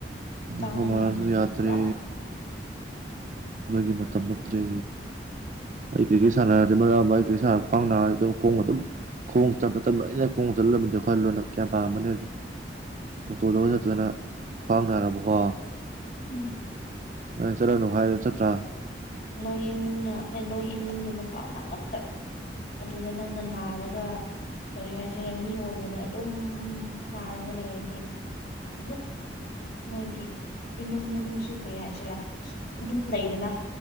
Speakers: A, on the left; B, on the right.
A: ꯍꯛꯆꯥꯡꯅ
B: ꯈꯣꯃꯥ
A: ꯉꯝꯗ꯭ꯔꯗꯤ
B: ꯁꯨ ꯌꯥꯗ꯭ꯔꯦ
A: ꯄꯨꯔꯥ
B: ꯃꯣꯏꯒꯤ ꯃꯇꯝ ꯅꯠꯇ꯭ꯔꯦ ꯑꯩ ꯀ꯭ꯔꯤꯀꯦꯠ ꯁꯥꯟꯅꯔꯗꯤ ꯃꯔꯛ ꯑꯃ ꯑꯩ ꯀ꯭ꯔꯤꯀꯦꯠ ꯁꯥꯟꯅ ꯈ꯭ꯋꯥꯡ ꯅꯥꯔꯗꯨ ꯈꯣꯡꯅ ꯑꯗꯨꯝ ꯈꯣꯡꯅ ꯆꯠꯄ ꯇꯝꯕ ꯑꯩꯅ ꯈꯣꯡ ꯆꯠꯂꯝꯃꯤꯗꯣ ꯈꯜꯂꯣꯅ ꯀꯌꯥꯝ ꯄꯥꯝꯃꯅꯤ ꯑꯣꯇꯣꯗꯒ ꯆꯠꯇꯅ ꯈ꯭ꯋꯥꯡ ꯅꯥꯔꯕꯀꯣ
A: ꯎꯝ <inaudible>
B: ꯑꯩ ꯆꯠꯂꯅꯨ ꯍꯥꯏꯔ ꯆꯠꯇ꯭ꯔꯥ
A: ꯅꯣꯏ ꯏꯃꯨꯡꯅ ꯑꯦ ꯅꯣꯏ ꯏꯃꯨꯡꯗ ꯅꯨꯄꯥ ꯅꯉꯛꯇ ꯑꯗꯨꯗ ꯅꯪꯅ ꯅꯥꯔꯒ ꯀꯔꯤ ꯍꯥꯏꯁꯤꯔ ꯃꯤ ꯑꯣꯏꯗꯅ ꯑꯗꯨꯝ ꯅꯥꯔꯒ ꯂꯩꯔꯗꯤ ꯗꯨꯝ ꯅꯣꯏꯒꯤ ꯏꯃꯨꯡ ꯃꯅꯨꯡꯁꯨ ꯀꯩꯪ ꯍꯥꯏꯁꯤꯔꯥ ꯑꯗꯨꯝ ꯂꯩꯗꯅ